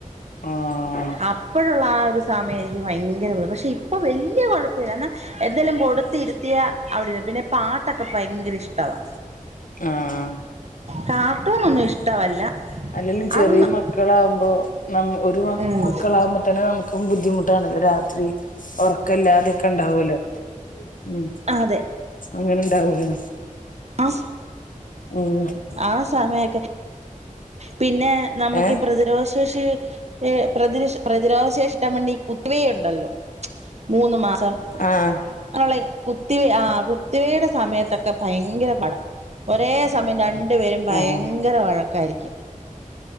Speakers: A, on the left; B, on the right.
A: ആഹ്
B: അപ്പോഴുള്ള ആ ഒരു സമയത്ത് ഭയങ്കര കൊഴപ്പാ പക്ഷേ ഇപ്പ വലിയ കൊഴപ്പമില്ല എന്നാൽ എന്തേലും കൊടുത്തിരുത്തിയ അവിടെര്ന്ന് പിന്നെ പാട്ടൊക്കെ ഭയങ്കര ഇഷ്ട ട്ടവാ.
A: ആഹ്
B: കാർട്ടൂണൊന്നു ഇഷ്ടവല്ല.
A: അല്ലെങ്കും ചെറിയ
B: അതൊന്നും
A: മക്ക്‌ മക്കളാവുമ്പോ ന ഒരു മക്ക്
B: ഉം
A: മക്കളാകുമ്പോ തന്നെ നമുക്കും ബുദ്ധിമുട്ടാണല്ലോ രാത്രി ഒറക്കെല്ലാതൊക്കെ ഇണ്ടാവ്അല്ലോ. ഉം
B: ആഹ് അതെ.
A: അങ്ങനെ ഇണ്ടാവൂലോ?
B: ആഹ്
A: ഉം
B: ആ സമയൊക്കെ പിന്നെ നമുക്കീ
A: ഏ
B: പ്രതിരോധ ശേഷി ഏ ഹ് പ്രതിര പ്രതിരോധ ശേഷിട്ട വേണ്ടി ഈ കുത്തവേയുണ്ടല്ലോ മൂന്ന് മാസം
A: ആഹ്
B: അങ്ങനെയുള്ള കുത്തിവെയ് ആഹ് കുത്തിവെയുടെ സമയത്തൊക്കെ ഭയങ്കര പാടാ. ഒരേ സമയം രണ്ടു പേരും ഭയങ്കര
A: ആഹ്
B: വഴക്കായിരിക്കും.